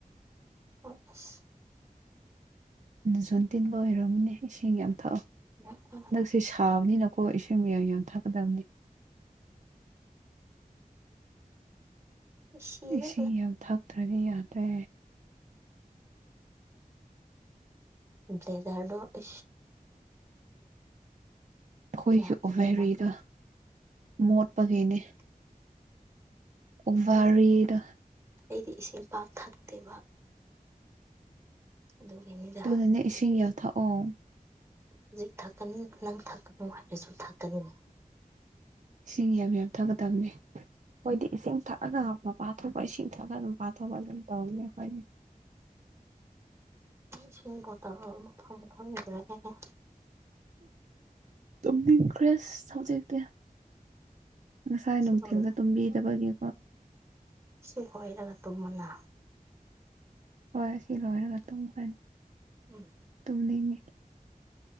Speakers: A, on the right (about 15°); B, on the right (about 55°).
A: ꯍꯣꯢ ꯑꯁ
B: ꯖꯣꯟ ꯇꯤꯟꯕ ꯑꯣꯏꯔꯝꯒꯅꯦ ꯏꯁꯤꯡ ꯌꯥꯝ ꯊꯛꯑꯣ
A: ꯑ
B: ꯁꯤ ꯁꯥꯕꯅꯤꯅꯀꯣ ꯏꯁꯩꯁꯤꯡ ꯃꯌꯥꯝ ꯌꯥꯝ ꯊꯛꯀꯗꯕꯅꯤ
A: ꯁꯤꯤꯕ
B: ꯏꯁꯤꯡ ꯌꯥꯝ ꯊꯛꯇ꯭ꯔꯗꯤ ꯌꯥꯗ꯭ꯔꯦ
A: ꯏꯦꯗꯗꯣ ꯏ
B: ꯑꯩꯈꯣꯏꯒꯤ
A: ꯌꯥꯗꯕ
B: ꯎꯕꯦꯔꯤꯗ ꯃꯣꯠꯄꯒꯤꯅꯦ ꯎꯔꯤꯗ
A: ꯑꯩ ꯑꯩꯗꯤ ꯏꯁꯤꯡ ꯄꯥꯛ ꯊꯛꯇꯦꯕ ꯑꯗꯨꯒꯒꯤꯅꯤꯗ
B: ꯑꯗꯨꯅꯅꯦ ꯏꯁꯤꯡ ꯌꯥꯎꯊꯛꯑꯣ
A: ꯍꯧꯖꯤꯛ ꯊꯥꯛꯀꯅꯤ ꯅꯪ ꯊꯥꯛꯀꯅꯨ ꯍꯥꯏꯔꯁꯨ ꯊꯥꯛꯀꯅꯤ
B: ꯏꯁꯤꯡ ꯌꯥꯝ ꯌꯥꯝꯊꯛꯒꯗꯕꯅꯤ ꯑꯩꯈꯣꯏꯗꯤ ꯏꯁꯤꯡ ꯊꯛꯑꯒ ꯄꯥꯊꯣꯛꯄ ꯏꯁꯤꯡ ꯊꯛꯑꯒ ꯑꯗꯨꯝ ꯄꯥꯊꯣꯛꯄ ꯑꯗꯨꯝ ꯇꯧꯅꯦ ꯑꯩꯈꯣꯏꯅꯦ
A: ꯁꯤꯕ ꯃꯥ ꯃꯥ ꯃꯤꯖꯔꯒꯅꯦ
B: ꯑꯗꯨ ꯏ꯭ꯔꯦꯁ ꯊꯧꯖꯛꯇꯦ ꯉꯁꯥꯏ ꯅꯨꯡꯊꯤꯜꯗ
A: ꯁꯤ ꯂꯣꯏ
B: ꯇꯨꯝꯕꯤꯗꯕꯒꯤ
A: ꯁꯤ ꯍꯣꯏꯔꯒ ꯇꯨꯝꯃꯅ
B: ꯂꯣꯏ ꯁꯤ ꯂꯣꯏꯔ ꯉ ꯇ ꯐ
A: ꯎꯝ
B: ꯇꯧꯅꯤꯡꯉꯦ